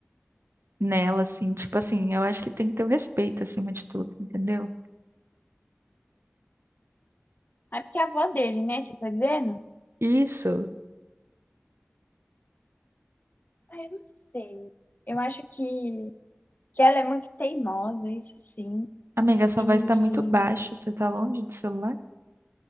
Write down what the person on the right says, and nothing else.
nela, assim, tipo assim, eu acho que tem que ter o respeito acima de tudo, entendeu?
Isso.
Amiga, sua
voz tá muito baixa. Você tá longe do celular?